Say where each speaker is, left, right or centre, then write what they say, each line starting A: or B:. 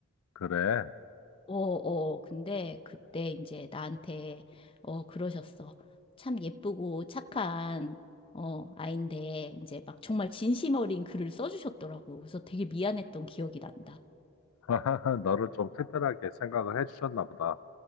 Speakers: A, on the left; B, on the left.
A: 그래.
B: 어, 어, 근데 그때 이제 나한테, 어, 그러셨어. 참 예쁘고 착한, 어, 아인데, 이제 막 정말 진심 어린 글을 써주셨더라고. 그래서 되게 미안했던 기억이 난다.
A: <laughs> 너를 좀 특별하게 생각을 해주셨나 보다.